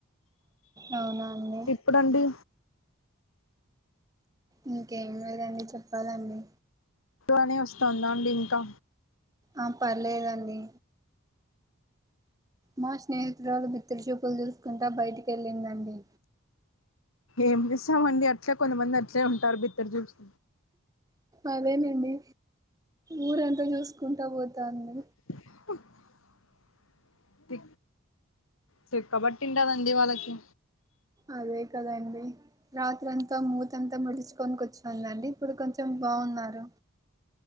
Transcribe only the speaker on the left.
ఇప్పుడండి
అని వస్తుందా అండి ఇంకా
ఏం చేస్తామండి అట్లే కొంతమంది అట్లే ఉంటారు బిద్దర్ చూసి.
<inaudible> తి తిక్క బట్టి ఉంటాది అండి వాళ్ళకి.